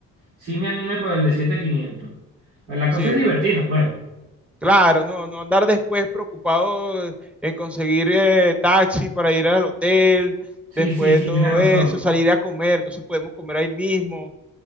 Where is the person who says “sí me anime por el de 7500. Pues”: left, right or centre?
Right